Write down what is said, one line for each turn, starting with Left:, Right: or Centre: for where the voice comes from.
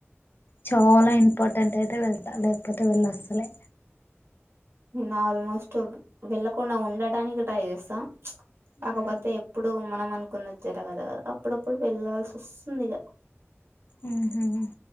Left: చాలా ఇంపార్టెంట్ అయితే వెళ్తా లేక్పోతే వెళ్ళ అస్సలే
Right: నేనాల్మోస్ట్ వెళ్ళకుండా ఉండటానికి ట్రై చేస్తా కాకపోతే
Left: ఉమ్
Right: ఎప్పుడు మనం అనుకున్నది జరగదు. అప్పుడప్పుడు వెళ్లాల్సోస్తుందిగా
Left: ఉహ్